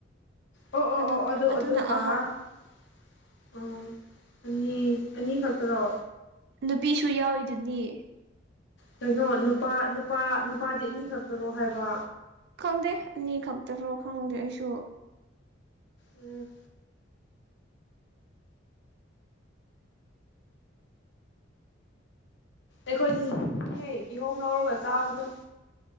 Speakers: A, on the left; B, on the right.
A: ꯑꯣ ꯑꯣ
B: ꯑꯗꯨꯅ
A: ꯑꯣ ꯑꯗꯨ
B: ꯑꯗꯨꯅ
A: ꯑꯗꯨꯒ
B: ꯑꯍꯥꯟ
A: ꯑꯣ ꯑꯅꯤ ꯑꯅꯤ ꯈꯛꯇ꯭ꯔꯣ
B: ꯅꯨꯄꯤꯁꯨ ꯌꯥꯎꯋꯔꯤꯗꯨꯅꯤ
A: ꯀꯩꯅꯣ ꯅꯨꯄꯥ ꯅꯨꯄꯥ ꯅꯨꯄꯥꯗꯤ ꯑꯅꯤ ꯈꯛꯇꯔꯣ ꯍꯥꯏꯕ
B: ꯈꯪꯗꯦ ꯑꯅꯤ ꯈꯛꯇꯔꯣ ꯈꯪꯗꯦ ꯑꯩꯁꯨ
A: ꯎꯝ ꯑꯩꯈꯣꯏꯗ ꯍꯦꯛ ꯍꯦꯛ ꯀꯤꯍꯣꯝ ꯂꯧꯔꯒ ꯆꯥꯕꯗꯣ